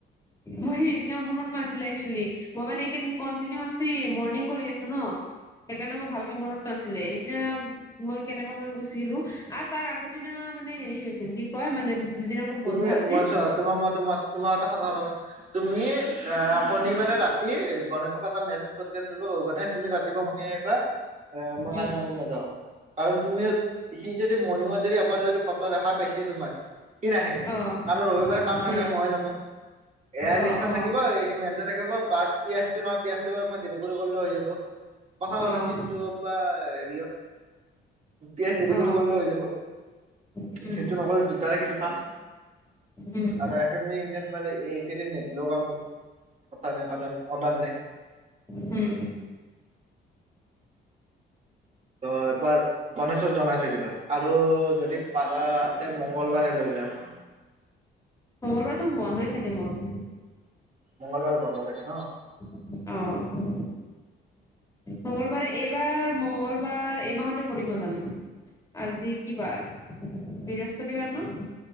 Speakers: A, on the left; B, on the right.
A: মই সেইদিনা মনত নাছিলে একচুৱেলি, মই মানে এইকেইদিন কন্তিনিও আচলি মৰ্ণিং কৰি আছো ন। সেইকাৰণে মোৰ ভালকে মনত নাছিলে, এতিয়া মই কেনেবাকৈ গুচিলো। আৰু তাৰ আগৰ দিনা মানে হেৰি হৈছিল কি কয় মানে যিদিনা মোৰ
B: তুমি
A: বন্ধ আছিল
B: মই চোৱা তোমাৰ মই তোমাক তোমাৰ এটা সাধাৰণ তুমি আহ শনিবাৰে ৰাতি গণেশ এনেকুৱা এটা মেচেজ কৰি দিমটো মানে তুমি ৰাতিপোৱা মৰ্ণিং আহিবা, মই
A: উম
B: কাইলে মৰ্নিং নাযাওঁ। কাৰণ তুমি সি যদি মৰণিংত যদি এবাৰ যদি ফটো দেখা পাইছে তোমাৰ সি নাহে
A: অ
B: তাৰো ৰবিবাৰে কাম নাথাকে
A: হ
B: মইহে জানো, এ আই
A: অ
B: লিষ্টখন
A: অ
B: থাকিব এই মেলটো থাকিব বা পিয়াচিটো নহয় পিয়াচিটো বাৰু মই দেৰি কৰি কৰিলো হৈ যাব কথা কাৰণে
A: অ
B: চিনটো বা হেৰি পি আ দেৰি
A: অ
B: কৰি কৰলো হৈ যাব।
A: উম
B: সেইটো নকৰিলে দুটাৰে কিবা কাম।
A: উম
B: আৰু এফ এমমি ইণ্ডিয়ান মানে এইকেইদিন নিদলো কাম হব কথা নাই কাৰনে অৰ্ডাৰ নাই।
A: হম।
B: অ এপাৰ গনেশক জনাই থৈ দিবা, আৰু যদি পাৰা তে মংগলবাৰে লৈ লোৱা।
A: মঙ্গলবাৰেতো বন্ধই থাকে মোৰ।
B: মঙ্গলবাৰে বন্ধ থাকে ন?
A: অহ মঙ্গলবাৰে এইবাৰ মঙ্গলবাৰ এইমাহতে পৰিব জানো? আজি কি বা, বৃহস্পতিবাৰ ন?